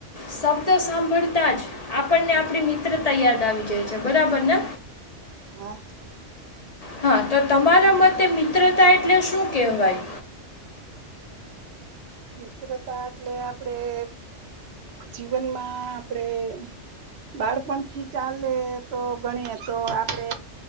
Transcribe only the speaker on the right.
હા.
મિત્રતા એટલે આપણેે જીવનમાં આપણેે બાળપણથી ચાલે તો ગણીએ તો આપણે